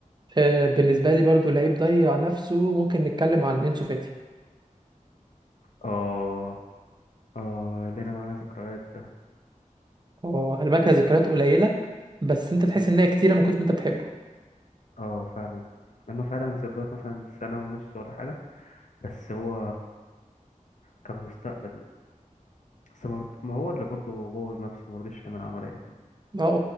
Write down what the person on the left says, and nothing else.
اه اه لنا معانا ذكريات ده
بس
اه فعلا مع انه فعلا ذكريات مثلا سنة ونص ولا حاجة بس هو كان مستقبل بس ما رض- ما هو اللي برضه بوظ نفسه ما رضيش يعمل عملية